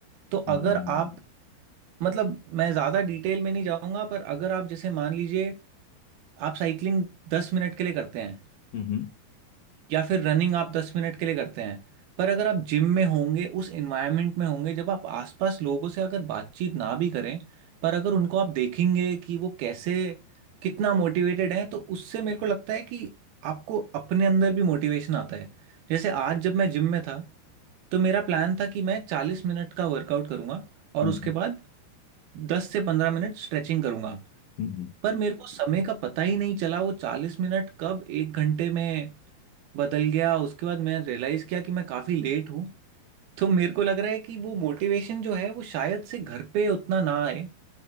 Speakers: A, on the right; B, on the left.
A: तो
B: हम्म
A: अगर आप मतलब मैं ज्यादा डिटेल में नहीं जाऊंगा पर अगर आप जैसे मान लीजिए आप साइकिलिंग दस मिनट के लिए करते हैं
B: हम्म
A: या फिर रनिंग आप दस मिनट के लिए करते हैं पर अगर आप जिम में होंगे उस एनवायरनमेंट में होंगे जब आप आसपास लोगों से अगर बातचीत ना भी करें पर अगर उनको आप देखेंगे कि वो कैसे कितना मोटिवेटेड है तो उससे मेरे को लगता है कि आपको अपने अंदर भी मोटिवेशन आता है जैसे आज जब मैं जिम में था तो मेरा प्लान था कि मैं चालीस मिनट का वर्कआउट करूंगा और
B: हम्म
A: उसके बाद दस से पंद्रह मिनट स्ट्रेचिंग करूंगा
B: हम्म
A: पर मेरे को समय का पता ही नहीं चला वो चालीस मिनट कब एक घंटे में बदल गया उसके बाद मैं रियलाइज किया कि मैं काफी लेट हूँ तो मेरे को लग रहा है कि वो मोटिवेशन जो है वो शायद से घर पे उतना ना आए